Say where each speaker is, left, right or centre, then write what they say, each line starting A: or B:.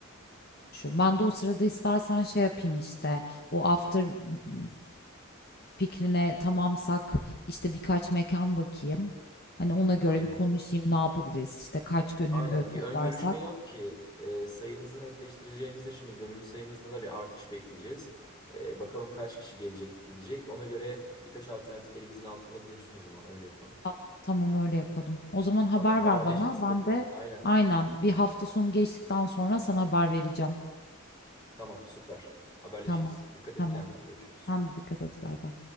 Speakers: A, on the left; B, on the left.
A: Şu ben de o sırada istersen şey yapayım işte bu after m- m- fikrine tamamsak işte birkaç mekan bakayım. Hani ona göre
B: Aynen.
A: bir konuşayım ne yapabiliriz işte kaç gönüllü
B: Aynen
A: toplarsak.
B: bir ön görüşme yap ki e, sayımızı netleştireceğimizde şimdi gönüllü sayımızda da bir artış bekleyeceğiz. E, bakalım kaç kişi gelecek gidecek. Ona göre birkaç alternatif elimizin altında bulunsun o zaman öyle yapalım.
A: Tamam, tamam öyle yapalım. O zaman haber
B: Tamam haberleşiriz
A: ver bana. Ben
B: tekrar.
A: de
B: Aynen.
A: aynen bir hafta sonu geçtikten sonra sana haber vereceğim.
B: Tamam süper. Haberleşiriz.
A: Tamam,
B: Dikkat
A: tamam.
B: et kendine görüşürüz.
A: Sen de dikkat et. Bay bay.